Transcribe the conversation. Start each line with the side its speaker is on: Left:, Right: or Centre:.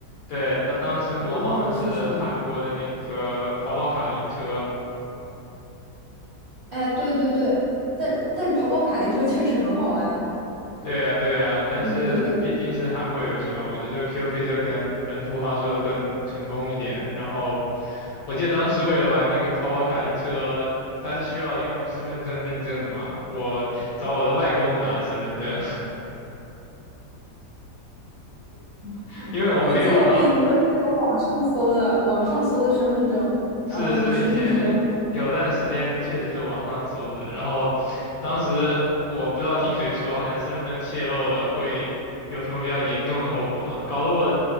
Left: 对，他当时模仿的是韩国的那个跑跑卡丁车。
Right: 我忘了是什么。哎，对对对，但但是跑跑卡丁车确实很好玩，
Left: 对呀，对呀，但是毕竟是韩国游戏嘛，
Right: 你不觉得？
Left: 我觉得 Q 飞车可能本土化做的更成功一点。然后我记得当时为了玩那个跑跑卡丁车，它是需要用身份证认证的嘛，我找我的外公拿了身份证，<laughs> 因为我没有嘛。
Right: 我记得我以前都是那种网上搜的，网上搜的身份证，
Left: 是是，
Right: 然后你输进去就好
Left: 以前有段时间确实是网上搜的，然后当时我不知道听谁说，好像身份证泄露了会有什么比较严重的后果嘛，搞得我